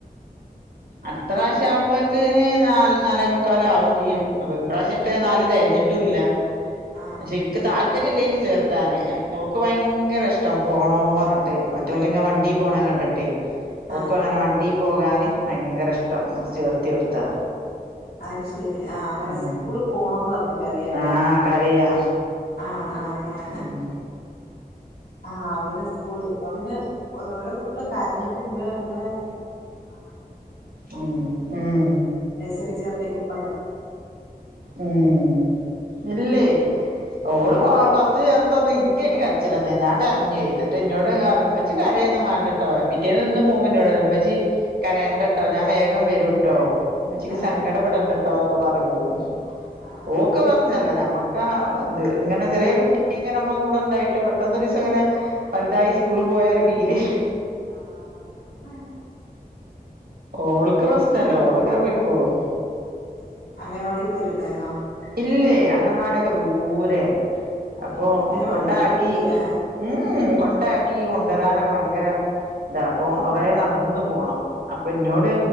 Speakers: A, on the right (about 75°); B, on the left (about 85°).
A: അട്ത്രാവശ്യാകുമ്പോഴേക്കിന് നാല് നാലേ മുക്കാലാവും ചെയ്യും അപ്പൊ ഇപ്രാവ്ശ്യത്തെ നാല് തെയ്ഞ്ഞിട്ടു ഇല്ല
B: ആ
A: പക്ഷെ ക്ക് താല്പര്യല്ലേനി ചേർത് ത്താന് ഓക്ക് ഭയങ്കര ഇഷ്ടം പോണോ പറഞ്ഞിട്ടേ മറ്റോലിങ്ങെനെ വണ്ടീ പോണ കണ്ടിട്ടെ ഓക്കും
B: ആ
A: അങ്ങനെ വണ്ടീ പോകാന് ഭയങ്കര ഇഷ്ടം ന്നട്ട് ചേർത്തി കൊടുത്താ
B: അത് ശ ശെരി ആഹ് അങ്ങനെ
A: ഉം
B: സ്കൂളിൽ പോണംന്ന് പറഞ്ഞിട്ട് കരയല്ലേ
A: ആഹ് കരയാ
B: ആഹ് ആ അ അങ്ങനെ
A: ഉം
B: ആഹ് പിന്നെ സ്കൂള് ഇപ്പ പിന്നെ ഓരോരോ കുട്ടികള് കരഞ്ഞിട്ടും ഇ ഇങ്ങനെ കാണാം
A: ഉം ഉം
B: ചെറി ചേർത്തിയ കുട്ട്
A: ഇം ഇല്ലെയ് ഓള്
B: ആ
A: വ വസ്റ്റ്ല് ചേർത് ത്തന്ന് ഇൻക്കേനി കരച്ചിലന്നെ ഞാൻ കരഞ്ഞോയി എന്നിട്ട് ഇന്നോട് പറഞ്ഞു ഉമ്മച്ചി കരയൊന്നും വാണ്ടട്ടോ പിറ്റേന്ന് എന്നും പോവുമ്പോ ന്നോട്റയ ഉമ്മച്ചി കരേണ്ടട്ടോ ഞാൻ വേഗം വരൂട്ടോ മ്മ്ച്ചിക്ക്
B: ആ
A: സങ്കടപ്പെടണ്ട ട്ടോന്നൊക്കെ പറഞ്ഞു പോകും
B: ആ
A: ഓക്ക് പ്രശ് പ്രശ്നല്ല ഞമ്മക്കാ ഇത് ഇങ്ങനെ ചെറിയ കുട്ടി ഇങ്ങനെ നമ്മള കൂടെ ഇണ്ടായിട്ട് പെട്ടന്ന് ദിവസം ഇങ്ങനെ വലുതായി സ്കൂളി പോയ ഒരു ഫീല്
B: ആ അതാണ്
A: ഓൾക്ക് പ്രശ്നല്ല ഓള്ങ്ങനെ പോയ്ക്കോളും
B: ഏ അംഗനവാടി പോയിട്ടിണ്ടായിരുന്നോ
A: ഇല്ലേ അംഗനവാടിയൊക്കെ ദൂരേ അപ്പൊ
B: ഏ അംഗനവാടിലൊന്നും
A: കൊണ്ടാക്കി
B: പോയിട്ടില്ലല്ലേ
A: ഉം കൊണ്ടാക്കി കൊൺ വരാനൊക്കെ ഭയങ്കര ഇതാ അപ്പൊ കൊറേ നടന്ന് പോണം അപ്പ ന്നോട്